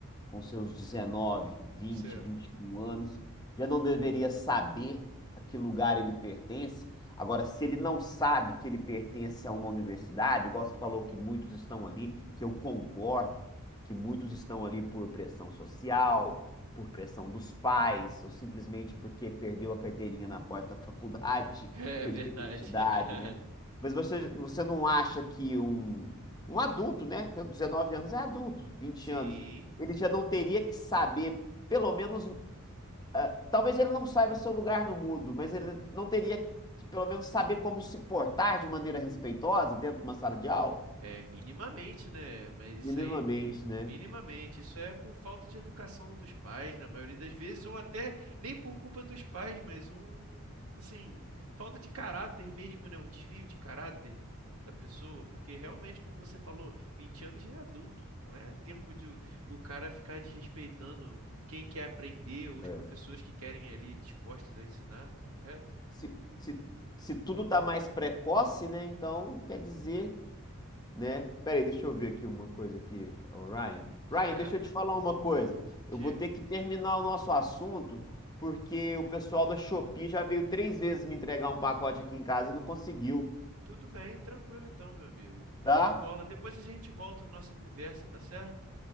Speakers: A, on the left; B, on the right.
A: com seus dezenove, vinte,
B: Certo.
A: vinte e um anos, já não deveria saber a que lugar ele pertence. Agora, se ele não sabe que ele pertence a uma universidade, igual você falou que muitos estão ali, que eu concordo, que muitos estão ali por pressão social, por pressão dos pais, ou simplesmente porque perdeu a carteirinha na porta da faculdade,
B: É
A: <laughs> perdeu
B: verdade.
A: a identidade,
B: <laughs>
A: né? Mas você, você não acha que um, um adulto, né? Com 19 anos é adulto, 20
B: Sim,
A: anos. Ele já não teria que saber, pelo menos. ah, talvez ele não saiba seu lugar no mundo, mas ele não teria que, pelo menos, saber como se portar de maneira respeitosa dentro de uma sala de aula?
B: é minimamente, né? Mas
A: Minimamente,
B: isso aí
A: né?
B: Minimamente, isso é por falta de educação dos pais, na maioria das vezes, ou até nem por culpa dos pais, mas um, assim, falta de caráter mesmo, né? Um desvio de caráter da pessoa, porque realmente, como você falou, 20 anos já é adulto, não é tempo de o o cara ficar desrespeitando quem quer aprender ou os
A: É.
B: professores que querem ali dispostos a ensinar, correto?
A: Se, se, se tudo está mais precoce, né? Então quer dizer né? Peraí, deixa eu ver aqui uma coisa aqui, ô, Ryan.
B: Certo?
A: Ryan, deixa eu te falar uma coisa. Eu
B: Diga.
A: vou ter que terminar o nosso assunto porque o pessoal da Shopee já veio três vezes me entregar um pacote aqui em casa e não conseguiu,
B: Tudo bem, tranquilo então, meu amigo. Show
A: tá?
B: de bola. Depois a gente volta na nossa conversa, tá certo?